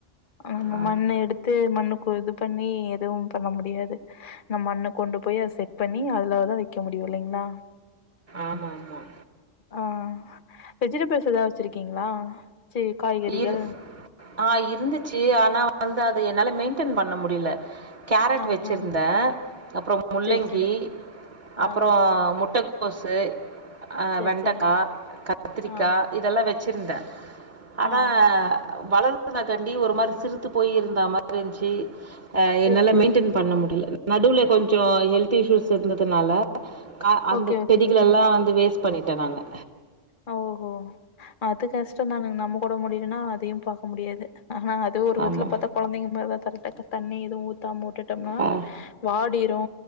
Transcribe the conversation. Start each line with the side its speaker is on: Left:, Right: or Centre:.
Left: ஆமா
Right: ஆ
Left: மண்ண எடுத்து மண்ணு கோ இது பண்ணி எதுவும் பண்ண முடியாது நா மண்ணு கொண்டு போயி அத செட் பண்ணி அதுலதான் வைக்க முடியும் இல்லைங்களா
Right: ஆமாமா.
Left: ஆ வெஜிடபிள்ஸ் எதா வச்சிருக்கீங்களா செரி காய்கறிகள்
Right: இரு ஆ இருந்துச்சு ஆனா வந்து அத என்னால மெயின்டன் பண்ண முடில கேரட்
Left: ஆ
Right: வச்சிருந்தேன்
Left: ஆ
Right: அப்புறம் முள்ளங்கி
Left: செரி செரி ஆ
Right: அப்புறம் முட்டக் கோசு ஆ
Left: செரி
Right: வெண்டக்கா
Left: செரிங்க
Right: கத்திரிக்கா
Left: ஆ
Right: இதெல்லாம் வச் சிருந்த அதான்
Left: ஆ
Right: வளறது <inaudible> காண்டி ஒரு மாரி சிருத்து போயி இருந்தா மாரி இந்ச்சி உ
Left: செரி
Right: என்னால
Left: செரிங்க
Right: மெயின்டென் பண்ண முடியல நடுவுல கொஞ்சோ ஹெல்த் இஷ்யூஸ் இருந்ததுனால கா அந்த
Left: ஓகே ஓகே
Right: செடிகளெல்லாம் வந்து வேஸ்ட் பண்ணிடேன் நானு
Left: ஆ ஓஹோ அது கஷ்டோ தாங்க நம்ம போட முடியும்னா அதையும் பாக்க முடியாது ஆனா அது ஒரு வித்துல
Right: ஆமா.
Left: பாத்தா கொழந்தைங்க மாரிதான் தெரி தக்க தண்ணி எதுவும் ஊத்தாம உட்டுட் டோம்னா
Right: அ
Left: வாடிரு